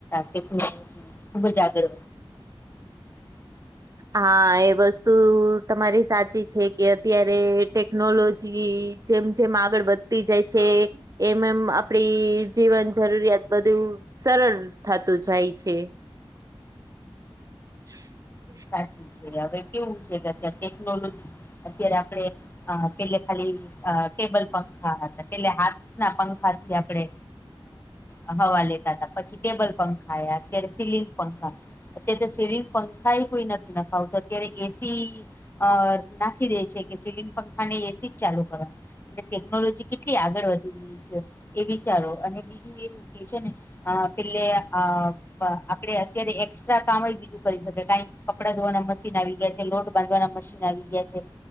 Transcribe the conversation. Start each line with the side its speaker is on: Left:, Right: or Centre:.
Left: ટેક્નોલોજી ખૂબ જ આગળ <inaudible>
Right: હા એ વસ્તુ તમારી છે કે અત્યારે ટેકનોલોજી જેમ જેમ આગળ વધતી જાય છે એમ એમ આપડી જીવન જરૂરિયાત બધું સરળ થતું જાય છે. <inaudible>
Left: સાચું છે હવે કેવું છે કે અત્યારે ટેકનોલોજી અત્યારે આપણે અ પેલે ખાલી અ ટેબલ પંખા ને પેલે હાથના પંખાથી આપણે અ હવા લેતા તા. પછી ટેબલ પંખા આયા, અત્યારે સીલિંગ પંખા. અત્યારે તો સિલિંગ પંખા એ કોઈ નથી નખાવતુ અત્યારે એસી અ નાખી દે છે કે સિલિંગ પંખા નઈ એસી જ ચાલુ કરવાની. એટલે ટેકનોલોજી કેટલી આગળ વધી ગઈ છે એ વિચારો. અને બીજું એવું કે છે ને અ પેલે અ બ આપડે અત્યારે એક્સ્ટ્રા કામેય બીજું કરી શકે. <unintelligible> કપડા ધોવાના મશીન આવી ગયા છે, લોટ બાંધવાના મશીન આવી ગયા છે.